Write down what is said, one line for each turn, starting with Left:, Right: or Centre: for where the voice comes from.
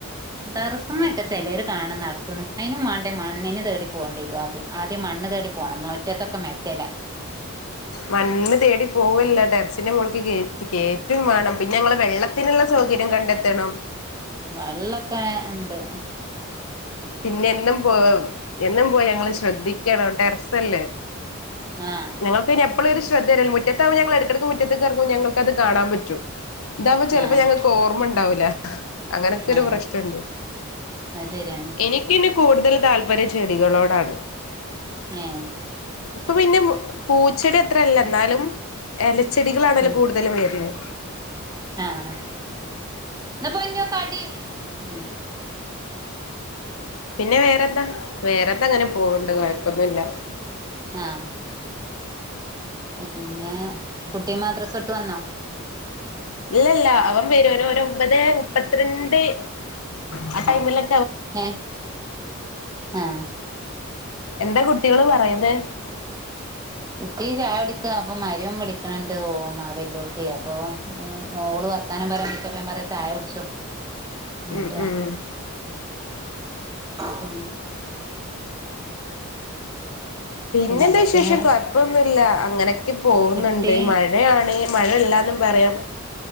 Right: ടെറസുമേലൊക്കെ ചെലോര് കാണാ നടത്തിണേ അയിനും മാണ്ടേ മണ്ണിന് തേടി പോണ്ടിവരും ആദ്യം ആദ്യം മണ്ണ് തേടി പോണം മുറ്റതൊക്കെ മെറ്റില
Left: മണ്ണ് തേടി പോവല്ല ടെറസിന്റെ മോള്ക്ക് കേറ്റു കേറ്റുംവേണം പിന്നെ നിങ്ങള് വെള്ളത്തിനുള്ള സൗക കണ്ടെത്തണം
Right: വെള്ളൊക്കെണ്ട്
Left: പിന്നെ എന്നും പോയി എന്നും പോയി ഞങ്ങള് ശ്രദ്ധിക്കണം ടെറസല്ലേ
Right: ആഹ്
Left: ഞങ്ങൾക്ക് പിന്നെ എപ്പോഴും ഒരു ശ്രദ്ധയല്ല മുറ്റത്താവും ഞങ്ങ എടക്കെടക്ക് മുറ്റത്തേറക്കും ഞങ്ങക്ക്ത് കാണാൻ പറ്റും ഇതാവുമ്പോ ചെലപ്പോ
Right: ആഹ്
Left: ഞങ്ങൾക്ക് ഓർമ്മ ഉണ്ടാവില്ല അങ്ങനൊക്കെ ഒരു
Right: ആഹ്
Left: പ്രശ്നുണ്ട്
Right: അത് ശരിയാണ്
Left: എനി- എനിക്കെനി കൂടുതൽ താല്പര്യം ചെടികളോടാണ്
Right: ഏഹ്
Left: ഇപ്പൊ പിന്നെ പൂച്ചെടി അത്രയില്ല എന്നാലും- ഇലച്ചെടികളാണല്ലോ
Right: ഉം
Left: കൂടുതലും വരുന്നത്
Right: ആഹ് ആഹ് ഇന്നാ പോന്നു കടി ഉം
Left: പിന്നെ വേറെന്താ വേറെന്താ അങ്ങനെ പോവണ്ട് കൊഴപ്പൊന്നുമല്ല
Right: ആഹ് പിന്നെ കുട്ടി മദ്രസ വിട്ട് വന്നോ
Left: ഇല്ലയില്ല അവൻ വരും ഒരു ഒരു ഒമ്പത് മുപ്പത്തിരണ്ട് ആ ടൈമില-
Right: ഏഹ് ആഹ്
Left: എന്താ കുട്ടികള് പറയുന്നേ
Right: കുട്ടി ചായ കുടിക്കുവാ അപ്പൊ മരുമോൻ വിളിക്കണണ്ട് ഓ വെല്ലിയോൾക്കേ അപ്പൊ ഓള് വർ- വർത്താനം പറഞ്ഞു നിക്ക അപ്പൊ ഞാൻ പറയാ ചായ കുടിച്ചോ ഇങ്ങോട്ട്
Left: ഉം
Right: വാ
Left: ഉം
Right: പിന്നെ
Left: പിന്നെന്താ
Right: പിന്നെ എന്തൊക്കെയാ
Left: വിശേഷം
Right: വേറെ
Left: കൊഴപ്പൊന്നുമില്ല അങ്ങനെ- പോകുന്നുണ്ട്
Right: കുട്ടി
Left: മഴയാണ് മഴ ഇല്ലാന്നും പറയാം